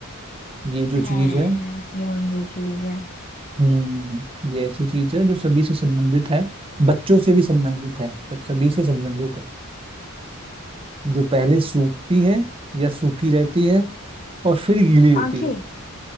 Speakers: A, on the right; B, on the left.
A: ये जो
B: हैं,
A: चीज है
B: ऐसी कौन सी चीज है
A: हम्म ये ऐसी चीज है जो सभी से संबंधित है बच्चों से भी संबंधित है सब सभी से संबंधित है जो पहले सूखती है या सूखी रहती है और फिर गीली होती
B: आंखें
A: है